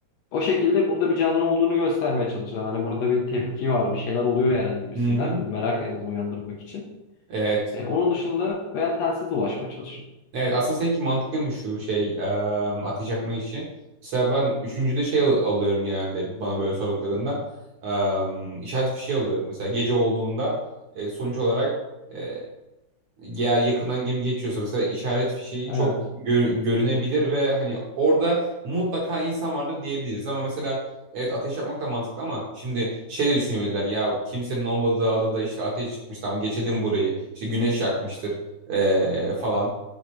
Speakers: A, on the left; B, on the right.
A: O şekilde burada bir canlı olduğunu göstermeye çalışan hani burada bir tepki var bir şeyler oluyor yani gibisinden
B: Hı-hı.
A: merak en azından uyandırmak için.
B: Evet.
A: E, onun dışında veya telsiz ulaşmaya çalışın.
B: Evet aslında seninki mantıklıymış şu şey eee ateş yakma işi. Mesela ben üçüncüde şey al- alıyorum genelde bana böyle sorduklarında. Eee işaret fişeği alıyorum. Mesela gece olduğunda e, sonuç olarak e, eğer yakından gemi geçiyorsa mesela işaret fişeği
A: Evet,
B: çok gö- görünebilir ve hani orada mutlaka insan vardır diyebiliriz. Ama mesela evet ateş yapmak da mantıklı ama şimdi şey de düşünebilirler ya kimsenin olmadığı adada işte ateş çıkmış tamam geçelim burayı işte güneş yakmıştır eee, falan.